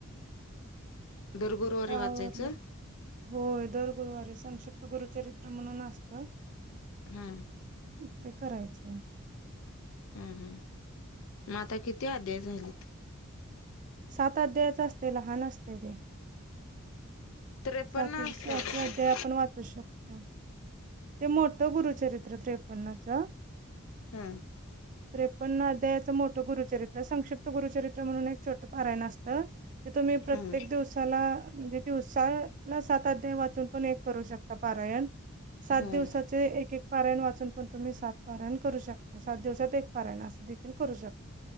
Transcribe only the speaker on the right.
आता
आवरल होय दर गुरुवारी संक्षिप्त गुरुचरित्र म्हणून असत
ते करायचंय.
सात अध्यायच असते लहान असते ते
सातीचे
साती
अध्याय आपण वाचू शकतो. ते मोठं गुरुचरित्र त्रेपन्नचं
त्रेपन्न अध्यायाचं मोठं गुरुचरित्र संक्षिप्त गुरुचरित्र म्हणून एक छोटं पारायण असतं. ते तुम्ही प्रत्येक
दिवसाला म्हणजे दिवसा म सात अध्याय वाचून पण एक करू शकता पारायण सात
दिवसाचे एक एक पारायण वाचून पण तुम्ही सात पारायण करू शक सात दिवसात एक पारायण असं देखील करू शक